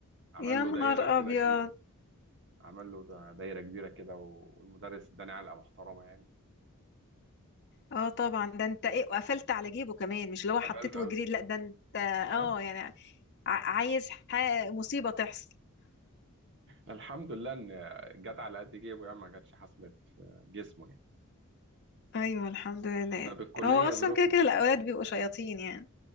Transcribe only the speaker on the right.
عمل
له
دايرة كده
كبيرة عمل له دا- دايرة كبيرة كده والمدرس اداني علقة محترمة يعني
قفلت اه
اه
الحمد لله ان جت على قد جيبه يعني ما كانتش حصلت جسمه يعني
طب الكلية
ظروفها